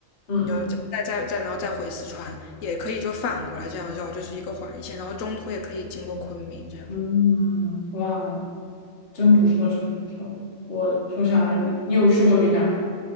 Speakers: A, on the left (about 60°); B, on the left (about 80°).
A: 嗯
B: 然后再再再再然后再回四川，也可以就反过来这样绕，就是一个环线，然后中途也可以经过昆明这样。
A: 嗯，哇，真不错，真不错。我说下阿里，你有去过云南吗？